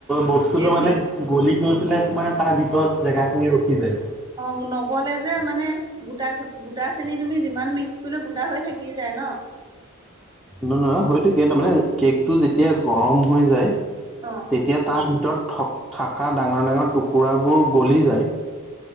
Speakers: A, in the centre; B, on the right (about 20°).
A: বস্তুটো
B: এই
A: মানে
B: ভি
A: গলি গৈ পেলাই তানে তাৰ ভিতৰত জেগা খিনি ৰখি যায়।
B: অ' নগ'লে যে মানে গোটা গোটা চেনী তুমি যিমান মিক্স কৰিলে গোটা হৈ থাকি যায় ন।
A: নহ নহয় হয়তটো কেই তাৰ মানে কেক টো যেতিয়া গৰম হৈ যায়। তেতিয়া
B: অ'
A: তাৰ ভিতৰত থ থকা ডাঙৰ ডাঙৰ টুকুৰাবোৰ গলি যায়।